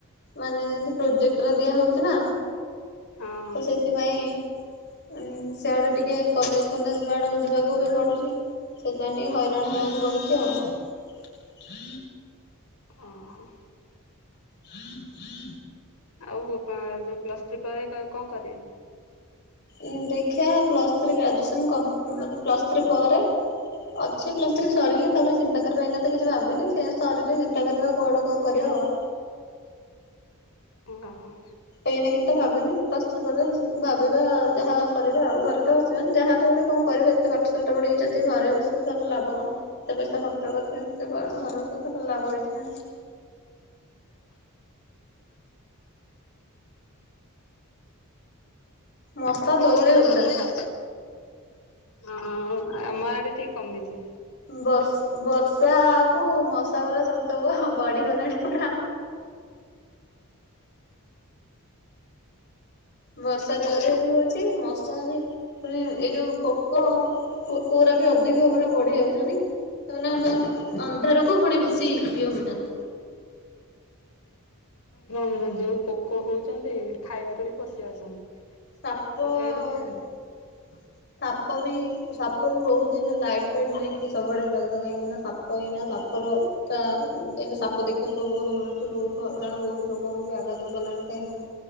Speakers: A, on the left (about 50°); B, on the left (about 85°).
A: ମାନେ ଯେମତି ପ୍ରଜେକ୍ଟରେ ଦିଆ ହଉଛି ନା?
B: ହଁ
A: ତ ସେଥିପାଇଁ ଉ ସେଆଡେ ଟିକେ କଲେଜ ଫଲେଜ ଆଡକୁ ଯିବାକୁ ବି ପଡୁଛି। ସେଥିପାଇଁ ଟିକେ ହଇରାଣ ହେବାକୁ ପଡୁଛି ଆଉ
B: ହଁ ହଁ।
A: ହୁଁ ହୁଁ
B: ଆଉ ଯୋଉ ପ୍ଲସ୍ ଥ୍ରୀ ପରେ କଣ କରିବେ?
A: ଉଁ ଦେଖିବା ପ୍ଲସ୍ ଥ୍ରୀ ଗ୍ରାଜୁଏସନ୍ କମ ମାନେ ପ୍ଲସ୍ ଥ୍ରୀ ପରେ ଅଛି ପ୍ଲସଥ୍ରୀ ସରିଲେ ତାପରେ ଚିନ୍ତା କରିବା ଏଇନା ତ କିଛି ଭାବିନି ସେ ସରିଲେ ଚିନ୍ତା କରିବା କୁଆଡୁ କଣ କରିବା ଆଉ
B: ଓହୋ।
A: ଏଇ ନେଇକି ତ ଭାବିନି ପ୍ଲସଥ୍ରୀ ପରେ ଭାବିବା ଯାହା କରିବା ଆଉ ଘରେ ତ ବସିବାନି ଯାହାହଲେ ଗୋଟେ କଣ କରିବି। ଏତେ ପାଠ ସାଠ ପଢିକି ଯଦି ଘରେ ବସିବା ତାହଲେ ଲାଭ କଣ? ସେ ପଇସା ଖର୍ଚ୍ଚ କରିଛି ଘରକୁ ସ ତା ଲାଭ କିଛି ନାହିଁ। ମଶା
B: ହ
A: ଜୋରେ
B: ଚା
A: ହଉଚନ୍ତି।
B: <inaudible> ହଁ ଆମ ଆଡେ ଟିକେ କମିଛି।
A: ବର୍ଷ ବର୍ଷା କୁ ମଶା ଗୁରା ସବୁତକ ବଢିଗଲେଣି ପୁରା ବର୍ଷା
B: ଯୋଉ
A: ଜୋରରେ ବି ହଉଛି ମଶା ବି ପୁଣି ଏଇ ଯୋଉ ପୋକ କ କଉରା ବି ଅଧିକ ପୁରା ବଢିଯାଉଛି। ସେମାନେ <inaudible> ଅନ୍ଧାରକୁ ପୁଣି ବେଶୀ ଇଏ ହଉଛନ୍ତି।
B: କ <inaudible> ଏ ଯୋଉ ପୋକ ହଉଛନ୍ତି ଖାଇବାରେ ବି ପଶି ଯାଉଛନ୍ତି।
A: ସାପ
B: ସୁଆଇ
A: ଅ
B: ଦଉନାହାନ୍ତି
A: ସାପ ବି ସାପ ବି ବହୁତ ଏଇନା ଲାଇଟ୍ ଫାଇଟ୍ ନେଇକିରି ସବୁଆଡେ ଯିବା କଥା କାହିଁକି ନା ସାପ ସାପ ଏଇନା ସାପର ତା ଏଇନେ ସାପ ଦେଖିବାକୁ ବହୁତ ମିଳୁଛି ବହୁତ ହଇରାଣ ବହୁତ ଲୋକ ବହୁ ବି ଆଘାତ କଲାଣି କାହିଁକି ନା